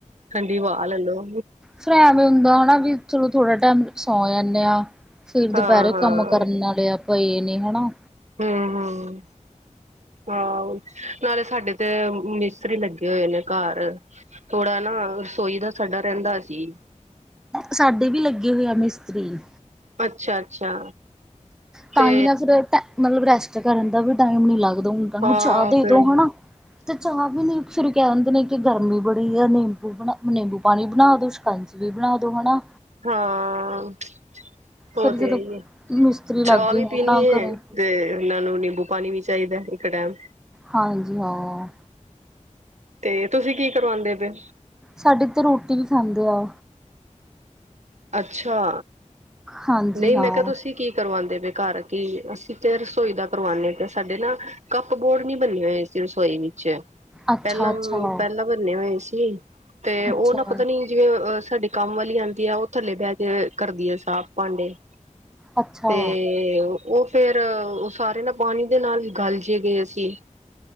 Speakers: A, on the right (about 60°); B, in the centre.
A: ਠੰਡੀ ਵਵਾ ਲੈ ਲੋ।
B: ਫੇਰ ਐਵੇਂ ਹੁੰਦਾ ਹੈ, ਵੀ ਚਲੋ ਥੋੜ੍ਹਾ ਟਾਈਮ ਸੌਂ ਜਾਂਦੇ ਆ। ਫਿਰ ਦੁਪਹਿਰੇ
A: ਹਾਂ ਹਾਂ
B: ਕੰਮ ਕਰਨ ਵਾਲੇ ਆ ਪਏ ਨੇ ਹਨਾ।
A: ਹੂੰ ਹੂੰ। ਹਾਂ ਨਾਲੇ ਸਾਡੇ ਤੇ ਮਿਸਤਰੀ ਬੈਠੇ ਹੋਏ ਨੇ ਘਰ। ਥੋੜਾ ਨਾ ਰਸੋਈ ਦਾ ਸਾਡਾ ਰਹਿੰਦਾ ਸੀ।
B: ਸਾਡੇ ਵੀ ਲੱਗੇ ਹੋਏ ਆ ਮਿਸਤਰੀ।
A: ਅੱਛਾ ਅੱਛਾ।
B: ਤਾਂ
A: ਤੇ
B: ਹੀ ਨਾ ਫਿਰ ਮਤਲਬ ਰੈਸਟ ਕਰਨ ਦਾ ਵੀ ਟਾਈਮ ਨੀ ਲੱਗਦਾ ਹੁਣ ਤਾਂ ਉਹਨਾਂ
A: ਹਾਂ
B: ਨੂੰ ਚਾਹ ਦੇ
A: ਫਿਰ
B: ਦੋ ਹੈ ਨਾ। ਅਤੇ ਚਾਹ ਵੀ ਨਹੀਂ ਫਿਰ ਕਹਿੰਦੇ ਨੇ ਕਿ ਗਰਮੀ ਬੜੀ ਆ ਨਿੰਬੂ ਬਣਾ ਨਿੰਬੂ ਪਾਣੀ ਬਣਾ ਦਿਓ ਸ਼ਕ ਸ਼ਿਕੰਜਵੀ ਵੀ ਬਣਾ ਦੋ ਹੈ ਨਾ।
A: ਹਾਂ ਉਹ
B: ਫਿਰ ਜਦੋਂ
A: ਤੇ ਹੈ ਈ ਏ ਹੀ ਹੈ
B: ਮਿਸਤਰੀ ਲੱਗ
A: ਚਾਹ
B: ਗਏ
A: ਵੀ
B: ਹੋਣ
A: ਪੀਣੀ
B: ਨਾ
A: ਹੈ।
B: ਘਰੇ
A: ਤੇ ਉਹਨਾਂ ਨੂੰ ਨਿੰਬੂ ਪਾਣੀ ਵੀ ਚਾਹੀਦਾ ਇੱਕ ਟਾਈਮ।
B: ਹਾਂਜੀ ਹਾਂ
A: ਤੇ ਤੁਸੀਂ ਕੀ ਕਰਵਾਉਂਦੇ ਪਏ?
B: ਸਾਡੀੇ ਤੇ ਰੋਟੀ ਹੀ ਖਾਂਦੇ ਆ।
A: ਅੱਛਾ,
B: ਹਾਂਜੀ
A: ਨਹੀਂ
B: ਹਾਂ
A: ਮੈਂ ਕਿਹਾ ਤੁਸੀਂ ਕੀ? ਕਰਵਾਉਂਦੇ ਪਏ ਘਰ ਕਿ ਅਸੀਂ ਤੇ ਰਸੋਈ ਦਾ ਕਰਵਾਉਂਦੇ ਪਏ ਤੇ ਸਾਡੇ ਨਾ ਕੱਪ ਬੋਰਡ ਨੀ ਬਣੇ ਹੋਏ। ਤੇ ਰਸੋਈ ਨੀਚੇ ਹੈ
B: ਅੱਛਾ
A: ਪਹਿਲਾਂ
B: ਅੱਛਾ
A: ਪਹਿਲਾਂ ਬਨੇ ਹੋਏ ਸੀ ਤੇ
B: ਅੱਛਾ
A: ਉਹ ਨਾ ਪਤਾ ਨੀ। ਜਿਵੇਂ ਸਾਡੇ ਕੰਮ ਵਾਲੀ ਆਉਂਦੀ ਆ, ਉਹ ਥੱਲੇ ਬਹਿ ਕੇ ਕਰਦੀ ਆ ਸਾਫ਼ ਭਾਂਡੇ।
B: ਅੱਛਾ
A: ਤੇ ਉਹ ਉਹ ਫੇਰ ਉਹ ਸਾਰੇ ਨਾਲ ਪਾਣੀ ਦੇ ਨਾਲ ਗਲ ਜੇ ਗਏ ਸੀ।